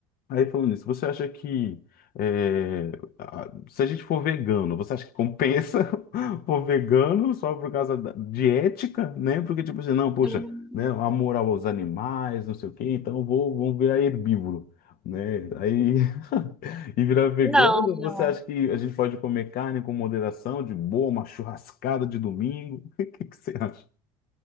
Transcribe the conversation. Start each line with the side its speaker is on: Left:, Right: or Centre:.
Left: Aí falando nisso, você acha que é, a- se a gente for vegano, você acha que compensa <laughs> for vegano só por causa da- de ética, né? Porque tipo assim, não, poxa,
Centre: Hum,
Left: né, amor aos animais, não sei o quê, então eu vou, vou virar herbívoro, né? Aí <laughs> e virar vegano,
Centre: Não, não.
Left: você acha que a gente pode comer carne com moderação, de boa, uma churrascada de domingo? <laughs> O que que você acha?